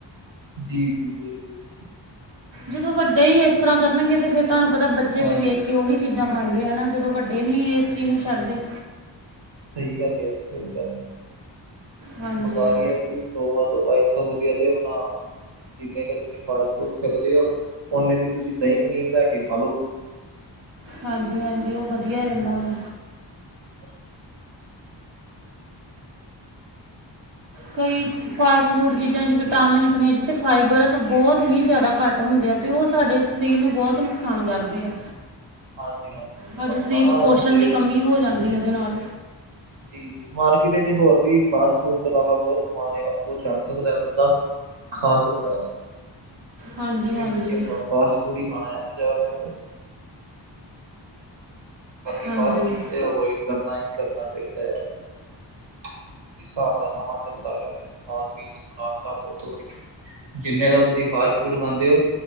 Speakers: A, on the right; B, on the right.
A: ਜੀ ਜੀ ਬਿਲਕੁਲ ਜੀ।
B: ਜਦੋਂ ਵੱਡੇ ਹੀ ਇਸ ਤਰ੍ਹਾਂ ਕਰਨਗੇ ਤੇ ਫੇਿਰ ਤੁਹਾਨੂੰ ਪਤਾ ਬੱਚੇ
A: ਹਾਂਜੀ
B: ਤੇ ਵੇਖ ਕੇ ਉਹੀ ਚੀਜ਼ਾ ਖਾਂਦੇ ਹਨਾ, ਜਦੋਂ ਵੱਡੇ ਨੀ ਇਸ ਚੀਜ਼ ਨੂੰ ਛੱਡਦੇ।
A: ਸਹੀ ਗੱਲ ਅੀ, ਸਹੀ ਗੱਲ
B: ਹਾਂਜੀ।
A: ਬੇਕਾਰ ਇਹ ਤੋਬਾ ਤੋਬਾ, ਇਸ ਤੋਂ ਵਧੀਆ ਤੇ ਆਪਣਾ ਜਿੰਨੇ ਕੁ ਤੁਸੀਂ ਫਾਸਟ ਫੂਡ ਛਕਦੇ ਹੋ, ਓਨੇ ਦੀ ਤੁਸੀਂ ਦਹੀਂ ਪਨੀਰ ਲੈ ਕੇ ਖਾ ਲੋ।
B: ਹਾਂਜੀ ਹਾਂਜੀ, ਉਹ ਵਧੀਆ ਰਹਿੰਦਾ ਵੈ
A: <inaudible>
B: ਕਈ ਫਾਸਟ ਫੂਡ ਚੀਜ਼ਾਂ 'ਚ ਵਿਟਾਮਿਨ, ਖਨੇਜ ਅਤੇ ਫਾਈਬਰ ਕ ਬਹੁਤ ਹੀ ਜ਼ਿਆਦਾ ਘੱਟ ਹੁੰਦੇ ਆ। ਅਤੇ ਉਹ ਸਾਡੇ ਸਰੀਰ ਨੂੰ ਬਹੁਤ ਨੁਕਸਾਨ ਕਰਦੇ ਆ।
A: ਹਾਂਜੀ ਹਾਂਜੀ
B: ਸਾਡੇ
A: ਆਪਣਾ
B: ਸਰੀਰ
A: ਨਾ
B: ਚ ਪੋਸ਼ਣ
A: ਹੁਣ ਤੇ
B: ਦੀ ਕਮੀ ਹੋ ਜਾਂਦੀ ਉਹਦੇ ਨਾਲ।
A: ਜ ਮਾਰਕੀਟ ਵਿੱਚ ਹੋਰ ਵੀ ਫਾਸਟ ਫੂਡ ਤੋਂ ਇਲਾਵਾ ਬਹੁਤ ਸਮਾਨ ਆ ਉਹ ਛੱਕ ਸਕਦਾ ਹੈ ਬੰਦਾ। ਖਾ ਸਕਦਾ ਹੈ
B: ਹਾਂਜੀ
A: ਜ਼ਰੂਰੀ
B: ਹਾਂਜੀ
A: ਨਹੀਂ ਕਿ ਫਾਸਟ ਫੂਡ ਖਾਣਾ ਆ ਬਾਜ਼ਾਰ ਜਾ ਕੇ ਬਾਕੀ
B: ਹਾਂਜੀ
A: ਫਾਸਟ ਫੂਡ ਤੇ ਅਵੋਇਡ ਕਰਨਾ ਹੀ ਕਰਨਾ ਚਾਹੀਦਾ ਆ ਜਿਸ ਹਿਸਾਬ ਦਾ ਸਮਾਂ ਚੱਲਦਾ ਪਿਆ, ਖਾਣ ਪੀਣ ਚ ਮਿਨਾਵਟਾਂ ਬਹੁਤ ਹੋ ਰਹੀਆਂ ਜਿੰਨੇ ਦਾ ਤੁਸੀਂ ਫਾਸਟ ਫੂਡ ਖਾਂਦੇ ਹੋ,